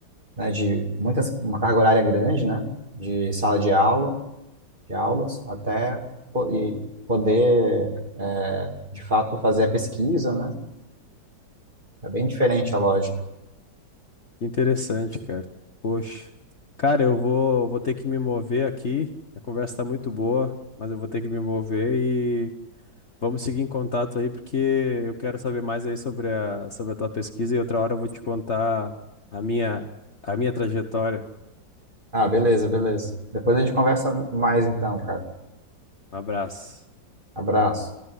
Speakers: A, on the right; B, on the left.
A: né, de muitas, uma carga horária grande, né, de sala de aula, de aulas, até po- e poder, é, de fato, fazer a pesquisa, né? É bem diferente a lógica.
B: Que Interessante, cara. Poxa. Cara, eu vou, vou ter que me mover aqui. A conversa tá muito boa, mas eu vou ter que me mover e vamos seguir em contato aí, porque eu quero saber mais aí sobre a, sobre a tua pesquisa e outra hora eu vou te contar a minha, a minha trajetória.
A: Ah, beleza, beleza. Depois a gente conversa mais então, cara.
B: Um abraço.
A: Abraço.